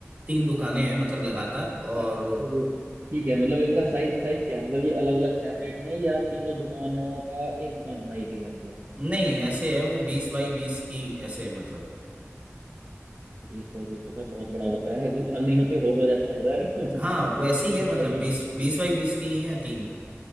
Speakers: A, on the right; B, on the right.
A: तीन दुकानें हैं मतलब लगातार और
B: मतलब ठीक है मतलब इनका साइज साइज क्या है मतलब ये अलग अलग सेपरेट हैं या तीनों दुकानों का एक दुकान बनाई हुई है मतलब
A: नहीं ऐसे है वो बीस बाई बीस की ऐसे मतलब
B: बीस बाई बीस तो सर बहुत बड़ा होता है दुकान नहीं होती होल हो जाता है सर
A: हाँ
B: <laughs>
A: वैसे ही
B: बीस
A: है मतलब
B: बाई बीस
A: बीस
B: तो
A: बीस बाई बीस की ही है तीन